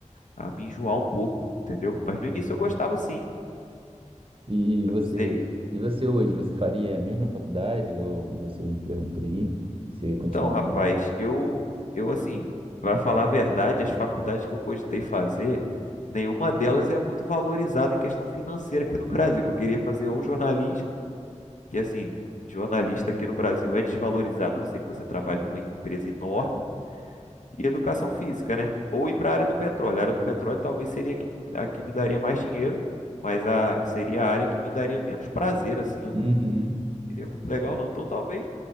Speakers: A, on the left; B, on the right.
A: a me enjoar um pouco, entendeu? Mas no início eu gostava sim.
B: E você,
A: Eu não sei.
B: e você hoje, você faria a mesma faculdade, igual você me perguntou aí? Você
A: Então,
B: continuaria?
A: rapaz, eu eu assim, para falar a verdade, as faculdades que eu cogitei fazer, nenhuma delas é muito valorizada em questão financeira aqui no Brasil. Que eu queria fazer ou jornalismo, que assim, jornalista aqui no Brasil é desvalorizado, a não sei que você trabalhe numa empresa enorme, e educação física, né? Ou ir para a área do petróleo. A área do petróleo talvez seria a que me, a que me daria mais dinheiro. Mas a, seria a área que me daria menos prazer, assim, eu
B: Uhum.
A: não, seria muito legal, não. Então talvez